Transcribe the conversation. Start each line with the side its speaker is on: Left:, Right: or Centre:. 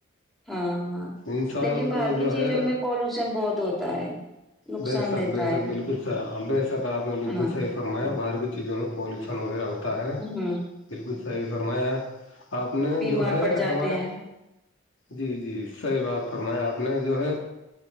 Centre: ہاں ہاں
Left: انسان
Centre: لیکن
Left: کو
Centre: باہر
Left: جو
Centre: کی چیزوں
Left: ہے
Centre: میں پولوشن بہت ہوتا ہے نقصان
Left: بے سک
Centre: دیتا
Left: بے شک
Centre: ہے وہ
Left: بالکل بے شک آپ نے بالکل
Centre: ہاں
Left: صحیح فرمایا باہار بھی چیوں میں پیوشن وغیرہ ہوتا ہے
Centre: ہوں
Left: بالکل صحیح فرمایا آپ نے
Centre: بیمار
Left: جو ہے
Centre: پڑ جاتے
Left: ہمارا
Centre: ہیں
Left: جی جی صحیح بات فرمایا آپ نے جو ہے